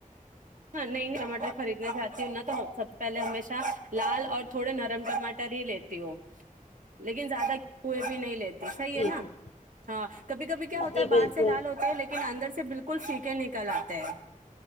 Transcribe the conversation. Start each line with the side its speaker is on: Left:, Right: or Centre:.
Right: ہاں نہیں نہیں ٹماٹر خریدنا چاہتی ہوں نہ تو سب سے پہلے ہمیشہ لال اور تھوڑے نرم ٹماٹر ہی لیتی ہوں لیکن زیادہ کیں بھی نہیں لیتی صحیح
Left: جی
Right: ہے نا
Left: جی
Right: ہاں کبھی کبھی کیا ہوتا
Left: جی
Right: ہے باہر
Left: بالکل
Right: سے لال ہوتا ہے لیکن اندر سے بالکل سیھے نکل آتے ہیں